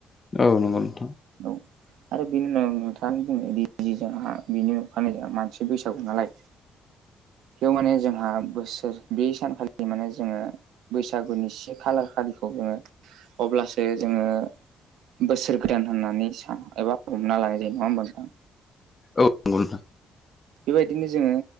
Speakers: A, on the left; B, on the right.
A: औ नंगौ नोंथां
B: औ आरो बिनि उनाव नोंथाङानो बुंनाय बायदि जोंहा बिनि अखानायै जोंहा मानसि बैसागु नालाय बेयाव माने जोंहा बोसोर बे सानखालि माने जोङो बैसागुनि से खालार खालिखौनो अब्लासो जोङो बोसोर गोदान होननानै सान एबा हमना लानाय जायो नङा होनबा नोंथां
A: औ नंगौ नोंथां
B: बेबायदिनो जोङो